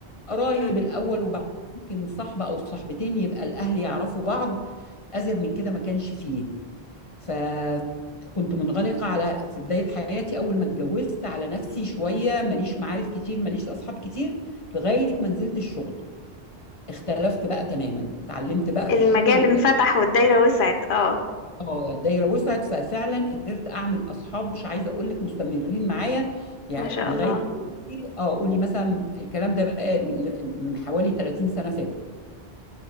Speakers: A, on the left; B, on the left.
A: قرايب
B: مم.
A: الاول وبعد ممكن صاحبة او صاحبتين يبقى الاهل يعرفوا بعض ازيد من كده ما كانش فيه فكنت منغلقة على في بداية حياتي أول ما اتجوزت على نفسي شوية ماليش معارف كتير ماليش أصحاب كتير لغاية ما نزلت الشغل اختلفت بقى تماما اتعلمت بقى في
B: المجال
A: الشغل وط...
B: انفتح والدايرة وسعت اه
A: اه الدايره وسعت ففعلا قدرت اعمل اصحاب مش عايزه اقول لك مستمرين معايا يعني
B: ما شاء
A: لغايه
B: الله
A: دلوقتي اه قولي مثلا الكلام ده بقى من من حوالي 30 سنه فاتوا